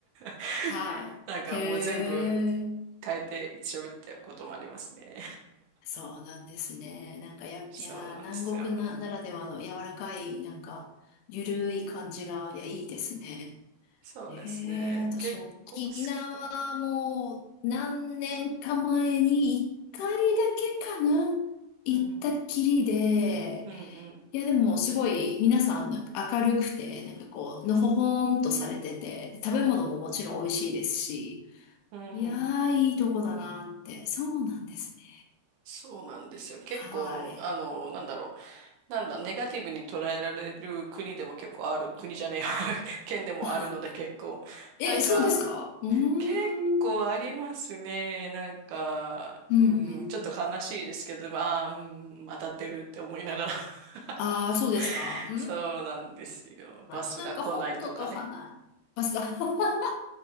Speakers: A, on the right; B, on the left.
A: <laughs>
B: はい。
A: なんかもう全部
B: へえ、
A: 変えて喋ってることもありますね。
B: そうなんですね。なんかや、
A: <laughs>
B: いや、
A: そうなんですよ。
B: 南国な、ならではの柔らかい、なんか、ゆるい感じが、いや、いいですね。
A: そうですね。
B: へえ、私、
A: 結構好きかな。
B: 沖縄も、何年か前に、一回だけかな、行ったっきりで、
A: うんうん。うんうん。
B: いや、でも、すごい、皆さん、なんか明るくて、なんかこう、のほほんとされてて、食べ物ももちろん美味しいですし、
A: うんうん。うんうん
B: いやー、いいとこだなって。そうなんですね。
A: そうなんですよ。結構、
B: はい。
A: あの、なんだろう。なんだ、ネガティブに捉えられる国でも結構ある、国じゃねえや、<laughs> 県でもあるので結構。
B: <laughs> え、
A: なんか、
B: そうですかうーん。
A: 結構ありますね。なんか、
B: うんうん。
A: うん、ちょっと悲しいですけど、まあ、うん、当たってるって思いながら。
B: ああ、
A: <laughs>
B: そうですか。うん。
A: そうなんですよ。
B: まあ、
A: バスが来ないとかね。
B: でもなんか、本土と花、ますか <laughs>